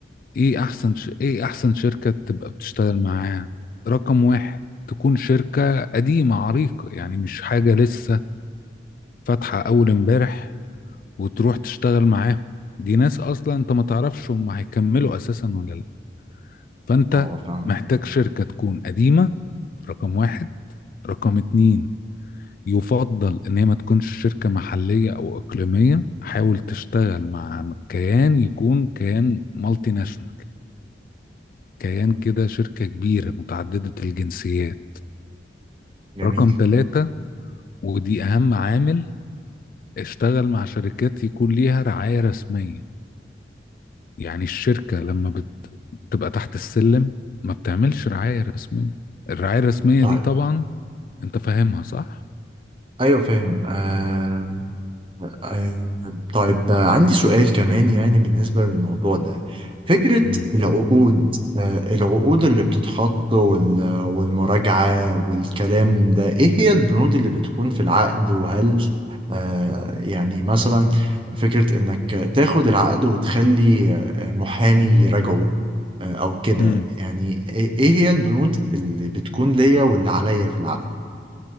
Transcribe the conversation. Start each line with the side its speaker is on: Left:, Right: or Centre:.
Left: ايه احسن ش... ايه احسن شركة تبقى بتشتغل معاها رقم واحد تكون شركة قديمة عريقة يعني مش حاجة لسه فاتحة اول امبارح وتروح تشتغل معاهم دي ناس اصلا انت ما تعرفش هم هيكملوا اساسا ولا لا فانت
Right: اه فاهمك
Left: محتاج شركة تكون قديمة رقم واحد رقم اتنين يفضل ان هي ما تكونش شركة محلية او اقليمية حاول تشتغل مع كيان يكون كيان مالتي ناشونال كيان كده شركة كبيرة متعددة الجنسيات
Right: جميل
Left: رقم ثلاثة ودي أهم عامل اشتغل مع شركات يكون ليها رعاية رسمية يعني الشركة لما بت- بتبقى تحت السلم ما بتعملش رعاية رسمية الرعاية الرسمية
Right: طيب
Left: دي طبعا انت فاهمها صح؟
Right: ايوه فاهم آه آه، طيب آه، عندي سؤال كمان يعني بالنسبة للموضوع ده فكرة
Left: مم.
Right: العقود آه، العقود اللي بتتحط وال- والمراجعة والكلام ده إيه هي البنود اللي بتكون في العقد وهل آه، يعني مثلا فكرة إنك تاخد العقد وتخلي آه، محامي يراجعه آه، أو كده
Left: مم.
Right: يعني إيه إيه هي البنود اللي بتكون ليا واللي عليا في العقد؟